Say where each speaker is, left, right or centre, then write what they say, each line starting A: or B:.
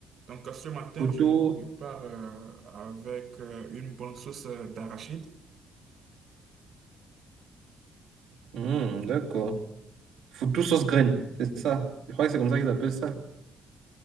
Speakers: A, on the right (about 60°); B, on the right (about 85°).
A: Donc, euh, ce matin,
B: Foutou.
A: je le prépare euh, avec euh, une bonne sauce euh, d'arachide.
B: Mhm, d'accord. Foutou sauce graine, c'est ça. Je crois que c'est comme ça qu'ils appellent ça.